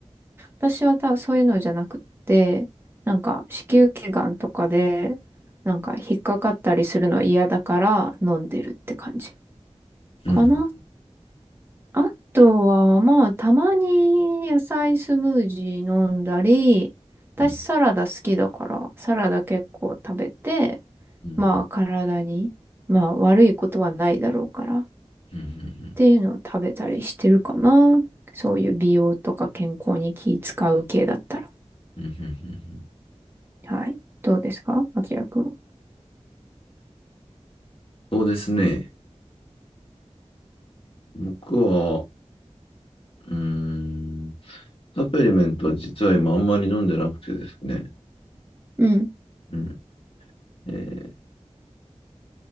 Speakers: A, on the right; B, on the left.
A: 私はたそういうのじゃなくって、なんか子宮頸がんとかで、なんか引っかかったりするの嫌だから飲んでるって感じ
B: うん。
A: かな。あとは、まあ、たまに野菜スムージー飲んだり、私サラダ好きだから、
B: うん。
A: サラダ結構食べて、
B: うん。
A: まあ体に、まあ悪いことはないだろうからっ
B: うん。うん。
A: ていうのを食べたりしてるかな。そういう美容とか健康に気使う系だったら。
B: うん。うん。
A: はい。どうですかあきらくんは。
B: そうですね。僕は、うーん、サプリメントは実は今あんまり飲んでなくてですね。
A: うん。
B: うんえー、